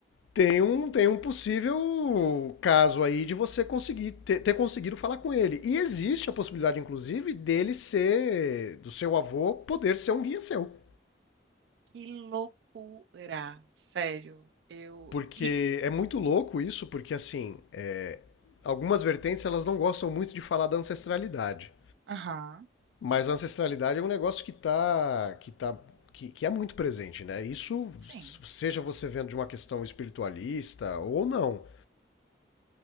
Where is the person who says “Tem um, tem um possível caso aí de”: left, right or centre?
Left